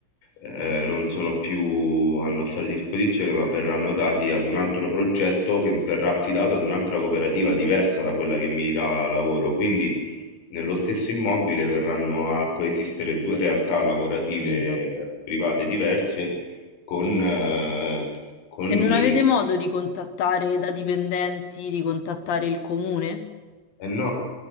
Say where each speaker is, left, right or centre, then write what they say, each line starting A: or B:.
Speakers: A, on the left; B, on the left.
A: eh, non sono più a nostra disposizione, ma verranno dati ad un altro progetto che verrà affidato ad un'altra cooperativa diversa da quella che mi dà lavoro. Quindi nello stesso immobile verranno a coesistere due realtà lavorative
B: Vedo.
A: private diverse con, eh, con lievi
B: E non avete modo di contattare da dipendenti, di contattare il comune?
A: Eh no,